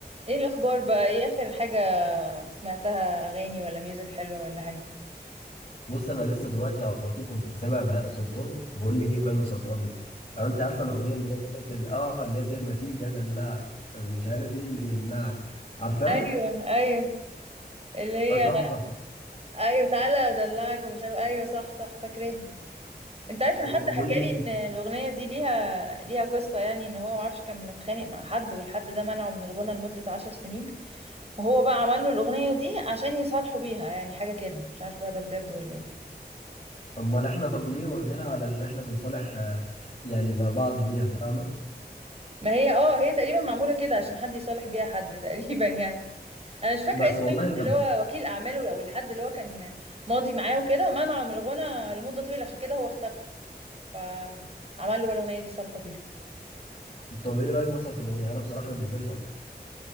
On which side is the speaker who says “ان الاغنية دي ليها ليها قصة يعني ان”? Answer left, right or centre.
Right